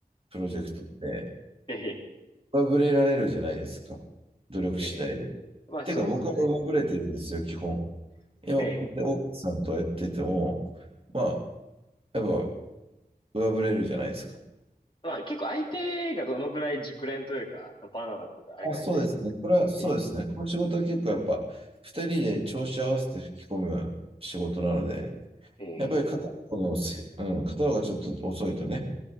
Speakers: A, on the right; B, on the left.
A: プロジェクトって
B: ええ、
A: 上振れられるじゃないですか。努力次第で。
B: ええ。まあそうですね。
A: てか僕は上振れてるんですよ、基本。今、
B: ええ。
A: こうやって奥さんとやってても、まあ、やっぱ上振れるじゃないですか。
B: まあ結構相手がどのぐらい熟練というか、バナナっていうか、あれかによりますからね。
A: あ、そうですね。これはそうですね。この仕事は結構やっぱ二人で調子合わせて吹き込む仕事なので、
B: ええ、ええ、
A: やっぱり片方のす、うん、片方がちょっと遅いとね、